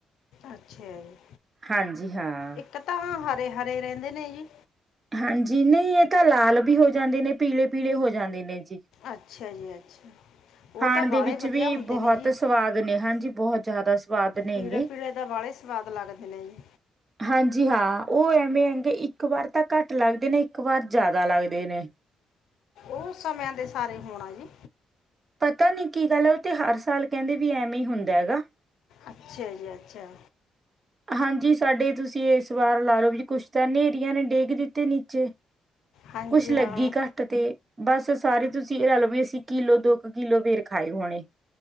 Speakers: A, on the left (about 85°); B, on the right (about 25°).
A: ਅੱਛਾ ਜੀ
B: ਹਾਂਜੀ ਹਾਂ
A: ਇੱਕ ਤਾਂ ਹਰੇ ਹਰੇ ਰਹਿੰਦੇ ਨੇ ਜੀ
B: ਹਾਂਜੀ ਨਹੀਂ ਇਹ ਤਾਂ ਲਾਲ ਵੀ ਹੋ ਜਾਂਦੇ ਨੇ ਪੀਲੇ ਪੀਲੇ ਹੋ ਜਾਂਦੇ ਨੇ ਜੀ
A: ਅੱਛਾ ਜੀ ਅੱਛਾ ਉਹ
B: ਖਾਣ
A: ਤਾਂ ਬਾਹਲੇ
B: ਦੇ ਵਿੱਚ
A: ਵਧੀਆ
B: ਵੀ
A: ਹੁੰਦੇ
B: ਬਹੁਤ
A: ਨੇ ਜੀ
B: ਸਵਾਦ ਨੇ ਹਾਂਜੀ ਬਹੁਤ ਜ਼ਿਆਦਾ ਸਵਾਦ ਨੇਗੇ
A: ਪੀਲੇ ਪੀਲੇ ਦਾ ਵਾਲੇ ਹੀ ਸਵਾਦ ਲੱਗਦੇ ਨੇ ਜੀ
B: ਹਾਂਜੀ ਹਾਂ ਉਹ ਐਵੇਂ ਹੈਂਗੇ ਇੱਕ ਵਾਰ ਤਾਂ ਘੱਟ ਲੱਗਦੇ ਨੇ ਇੱਕ ਵਾਰ ਜ਼ਿਆਦਾ ਲੱਗਦੇ ਨੇ
A: ਉਹ ਸਮਿਆਂ ਦੇ ਸਾਰੇ ਹੋਣਾ ਜੀ
B: ਪਤਾ ਨੀ ਕੀ ਗੱਲ ਹੈ ਉਹ ਤੇ ਹਰ ਸਾਲ ਕਹਿੰਦੇ ਵੀ ਐਵੇਂ ਹੀ ਹੁੰਦਾ ਹੈਗਾ
A: ਅੱਛਾ ਜੀ ਅੱਛਾ
B: ਹਾਂਜੀ ਸਾਡੇ ਤੁਸੀਂ ਇਸ ਵਾਰ ਲਾ ਲਓ ਵੀ ਕੁਛ ਤਾਂ ਹਨੇਰੀਆਂ ਨੇ ਡਿੱਗ ਦਿੱਤੇ ਨੀਚੇ
A: ਹਾਂਜੀ
B: ਕੁਛ ਲੱਗੀ
A: ਹਾਂ
B: ਘੱਟ ਤੇ ਬਸ ਸਾਰੇ ਤੁਸੀਂ ਇਹ ਰ ਲਓ ਵੀ ਅਸੀਂ ਕਿੱਲੋ ਦੋ ਕੁ ਕਿੱਲੋ ਬੇਰ ਖਾਏ ਹੋਣੇ